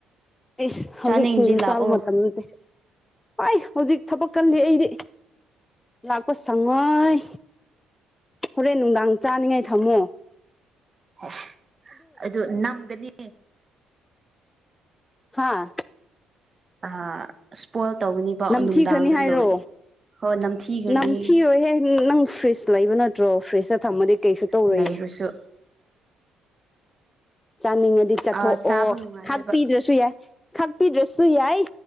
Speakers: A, on the left; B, on the right.
A: ꯏꯁ ꯍꯧꯖꯤꯛ
B: ꯆꯥꯅꯤꯡꯗꯤ
A: ꯁꯤꯡꯖꯨ
B: ꯂꯥꯛꯑꯣ
A: ꯆꯥꯕ ꯃꯇꯝ ꯅꯠꯇꯦ ꯑꯥꯏ ꯍꯧꯖꯤꯛ ꯊꯥꯕꯛ ꯀꯜꯂꯤ ꯑꯩꯗꯤ ꯂꯥꯛꯄ ꯁꯪꯉꯣꯏ ꯍꯣꯔꯦꯟ ꯅꯨꯡꯗꯥꯡ ꯆꯥꯅꯤꯡꯉꯥꯏ ꯊꯝꯃꯣ
B: ꯑꯁ ꯑꯗꯨ ꯅꯝꯒꯅꯤ
A: ꯍꯥꯥ
B: ꯑꯥ ꯏꯁꯄꯣꯏꯜ ꯇꯧꯒꯅꯤꯕ
A: ꯅꯝꯊꯤꯈ꯭ꯔꯅꯤ
B: ꯅꯨꯡꯗꯥꯡꯗ
A: ꯍꯥꯏꯔꯣ
B: ꯂꯧꯔꯗꯤ ꯍꯣꯏ ꯅꯝꯊꯤꯈ꯭ꯔꯅꯤ
A: ꯅꯝꯊꯤꯔꯣꯏꯍꯦ ꯅꯪ ꯐ꯭ꯔꯤꯁ ꯂꯩꯕ ꯅꯠꯇ꯭ꯔꯣ ꯐ꯭ꯔꯤꯁꯇ ꯊꯝꯃꯗꯤ ꯀꯩꯁꯨ ꯇꯧꯔꯣꯏꯌꯦ
B: ꯂꯩꯔꯁꯨ
A: ꯆꯥꯅꯤꯡꯉꯗꯤ ꯆꯠꯊꯣꯛꯑꯣ
B: ꯑ ꯆꯥꯕ ꯅꯨꯡꯉꯥꯏꯔꯣꯏꯕ
A: ꯈꯥꯛꯄꯤꯗ꯭ꯔꯁꯨ ꯌꯥꯏ ꯈꯥꯛꯄꯤꯗ꯭ꯔꯁꯨ ꯌꯥꯏ